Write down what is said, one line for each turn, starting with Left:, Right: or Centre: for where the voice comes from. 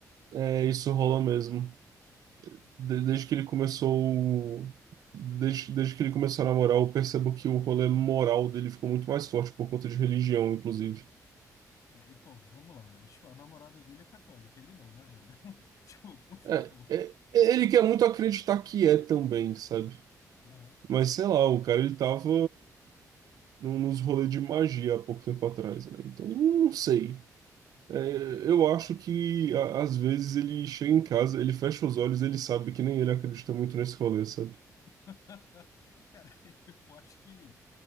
Right: É, isso rola mesmo. de- desde que ele começou, desde, desde que ele começou a namorar, eu percebo que o rolê moral dele ficou muito mais forte por conta de religião, inclusive.
Left: É, E, pô, vamos lá. Tipo, a namorada dele é católica, ele não, né, velho? <laughs> Tipo, por favor.
Right: É, é, ele quer muito acreditar que é também, sabe?
Left: Aham.
Right: Mas sei lá, o cara ele tava num- nos rolês de magia há pouco tempo atrás, né? Então, não sei. É,
Left: É.
Right: eu acho que a- às vezes ele chega em casa, ele fecha os olhos, ele sabe que nem ele acredita muito nesse rolê, sabe?
Left: <laughs> Cara, eu acho que,